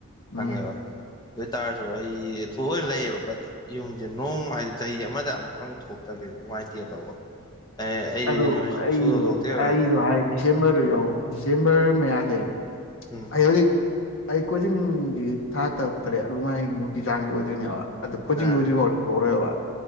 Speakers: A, on the left (about 60°); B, on the left (about 20°).
A: ꯎꯝ
B: ꯈꯪꯉꯦꯕ ꯑꯗꯨ ꯑꯣꯏꯇꯥꯔꯖꯨ ꯑꯩ ꯊꯣꯛꯑꯣꯏꯅ ꯂꯩꯌꯦꯕ ꯕꯠ ꯌꯨꯝꯖꯦ ꯅꯣꯡ ꯍꯥꯏꯗꯤ ꯆꯍꯤ ꯑꯃꯗ ꯑꯃꯨꯛꯇꯪ ꯊꯣꯛꯇꯗꯤ ꯅꯨꯡꯉꯥꯏꯇꯦ ꯇꯧꯕ ꯑꯦ ꯑꯩꯗꯤ
A: ꯑꯗꯨ
B: ꯌꯨꯝ
A: ꯑꯩꯗꯨ
B: ꯁꯨꯊꯣꯛ ꯊꯣꯛꯇꯦꯕ
A: ꯑꯩꯗꯨ
B: ꯑꯩꯗꯤ
A: ꯍꯥꯏ ꯗꯤꯁꯦꯝꯕ꯭ꯔ ꯌꯧ ꯗꯤꯁꯦꯝꯕ꯭ꯔ ꯃꯌꯥꯖꯦ
B: ꯎꯝ
A: ꯑꯩ ꯍꯧꯖꯤꯛ ꯑꯩ ꯀꯣꯆꯤꯡꯖꯤ ꯊꯥ ꯇꯔꯨꯛ ꯇꯔꯦꯠ ꯑꯗꯨꯃꯥꯏ ꯃꯨꯛꯀꯤ ꯆꯥꯡꯗꯤ ꯑꯣꯏꯗꯣꯏꯅꯦꯕ ꯑꯗꯨ ꯀꯣꯆꯤꯡ
B: ꯑꯥ
A: ꯂꯣꯏꯗ꯭ꯔꯤꯕꯥꯎꯗꯤ ꯊꯣꯛꯑꯔꯣꯏꯕ